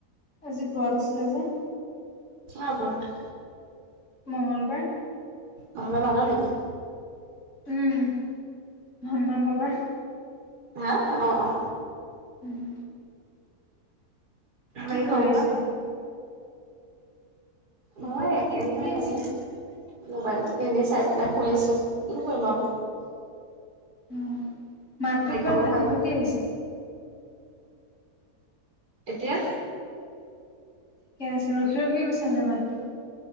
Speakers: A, on the left; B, on the right.
A: আজি ব্ৰত আছিলে যে
B: কা ব্ৰত
A: মঙ্গলবাৰ
B: মংগলবাৰে মান নেকি
A: উম হনুমান বাবাৰ
B: হা অ অ
A: উম কি
B: বাকি
A: কৰি
B: খবৰ
A: আছা এতিয়া? খবৰ
B: মই
A: খাতি
B: কেনেকুৱে
A: ঠিকে আছে।
B: আজি মোবাইলটোকে এনেই চাই পেলাই শুই আছো কি কৰিম আও
A: অ'। মাতটো
B: বাকী
A: কিবা
B: খবৰ
A: ফাটি
B: ভাল,
A: ফাটি আহিছে।
B: এতিয়া
A: থিকে আছে ৰখি ৰখি গৈছে মানে মাতটো